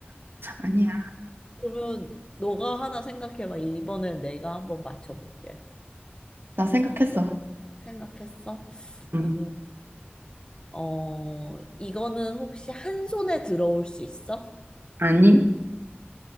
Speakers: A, on the right; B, on the left.
A: 아니야.
B: 그러면 너가 하나 생각해봐. 이번엔 내가 한번 맞춰볼게.
A: 나 생각했어.
B: 생각했어?
A: 응.
B: 음, 어, 이거는 혹시 한 손에 들어올 수 있어?
A: 아니?